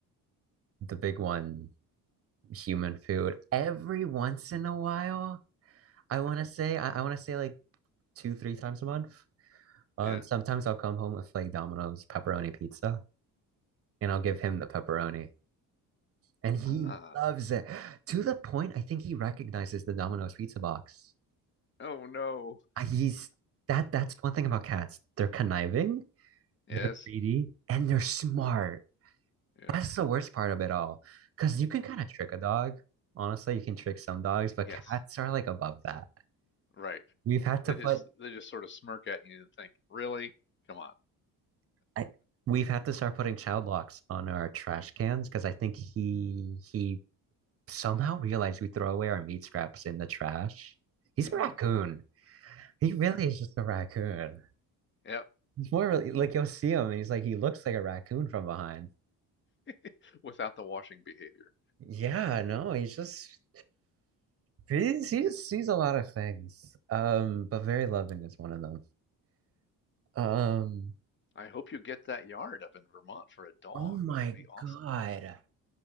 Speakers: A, on the right; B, on the left.
A: the big one human food every once in a while. I want to say, I, I want to say like two, three times a month. Um,
B: Yeah?
A: sometimes I'll come home with like Domino's pepperoni pizza and I'll give him the pepperoni. and he
B: Ah.
A: loves it to the point I think he recognizes the Domino's pizza box.
B: Oh no.
A: Uh, He's that that's one thing about cats. They're conniving,
B: Yes.
A: they're greedy, and they're smart.
B: Yeah.
A: That's the worst part of it all. Because you can kind of trick a dog. Honestly, you can trick some dogs, but
B: Yes.
A: cats are like above that.
B: Right.
A: We've had to
B: They
A: put
B: just they just sort of smirk at you and think, "Really? Come on."
A: I, we've had to start putting child locks on our trash cans because I think he he somehow realized we throw away our meat scraps in the trash. He's
B: Mm-hmm.
A: a raccoon. He really is just a raccoon.
B: Yep.
A: It's more really- like
B: W-
A: you'll see him and he's like he looks like a raccoon from behind.
B: <laughs> Without the washing behavior.
A: Yeah, no, he's just he's he sees a lot of things. Um, but very loving is one of them. Um,
B: I hope you get that yard up in Vermont for a dog.
A: oh my
B: That would be awesome.
A: God.